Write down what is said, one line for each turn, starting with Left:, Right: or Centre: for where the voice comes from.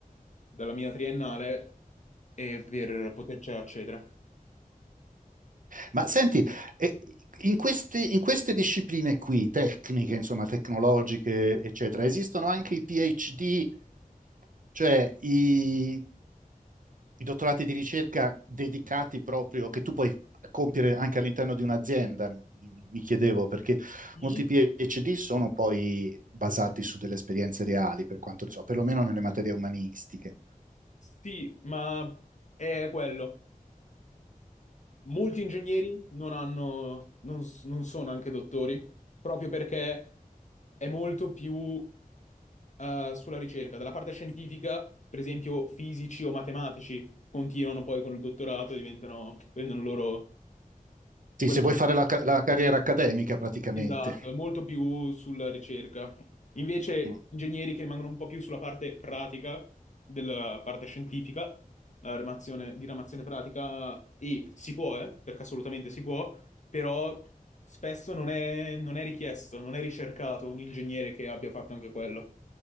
Left: dalla mia triennale e per poterci accedere.
Right: Ma senti, eh, in queste, in queste discipline qui, tecniche, insomma, tecnologiche, eccetera, esistono anche i PhD Cioè, i, i dottorati di ricerca dedicati proprio, che tu puoi compiere anche all'interno di un'azienda, mi, mi chiedevo, perché
Left: Sì,
Right: molti PhD sono poi basati su delle esperienze reali, per quanto ne so, perlomeno nelle materie umanistiche.
Left: sì, ma è quello. Molti ingegneri non hanno, non, s- non sono anche dottori, proprio perché è molto più eh, sulla ricerca. Dalla parte scientifica, per esempio, fisici o matematici continuano poi con il dottorato, e diventano, prendono loro
Right: Sì,
Left: quei
Right: se vuoi fare la, ca- la carriera accademica praticamente.
Left: Esatto, è molto più sulla ricerca. Invece,
Right: Mm,
Left: ingegneri che rimangono un po' più sulla parte pratica, della parte scientifica, la ramazione- diramazione pratica, e si può, eh, perché assolutamente si può, però spesso non è, non è richiesto, non è ricercato un ingegnere che abbia fatto anche quello.